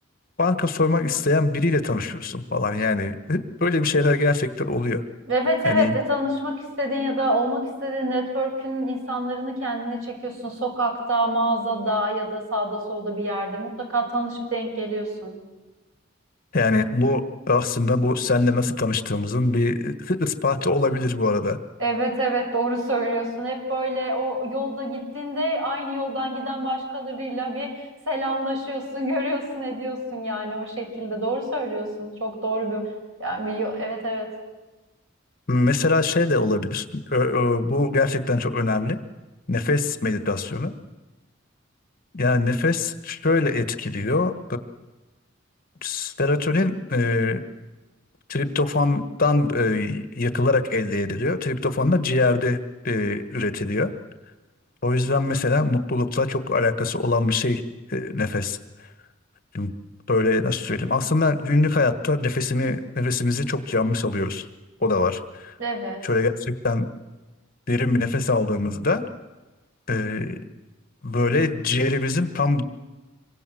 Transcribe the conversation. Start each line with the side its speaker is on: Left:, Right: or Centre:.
Left: banka soymak isteyen biriyle tanışıyorsun falan yani böyle bir şeyler gerçekten oluyor.
Right: Evet evet
Left: Yani
Right: E, tanışmak istediğin ya da olmak istediğin network'ün insanlarını kendine çekiyorsun. Sokakta, mağazada ya da sağda solda bir yerde mutlaka tanışıp denk geliyorsun.
Left: yani bu aslında bu senle nasıl tanıştığımızın bir <laughs> ispatı olabilir bu arada.
Right: Evet evet doğru söylüyorsun. Hep böyle o yolda gittiğinde aynı yoldan giden başkalarıyla bir selamlaşıyorsun, <laughs> görüyorsun, ediyorsun yani o şekilde. Doğru söylüyorsun. Çok doğru bir yani bir yo- evet evet.
Left: Mesela şey de olabilir. Ö- ö, Bu gerçekten çok önemli. Nefes meditasyonu. Yani nefes şöyle etkiliyor. Serotonin e, triptofandan e, yakılarak elde ediliyor. Triptofan da ciğerde e, üretiliyor. O yüzden mesela mutlulukla çok alakası olan bir şey e, nefes. Şimdi Böyle nasıl söyleyeyim? Aslında günlük hayatta nefesimi nefesimizi çok yanlış alıyoruz. O da var.
Right: Evet.
Left: Şöyle gerçekten derin bir nefes aldığımızda e, böyle ciğerimizin tam e,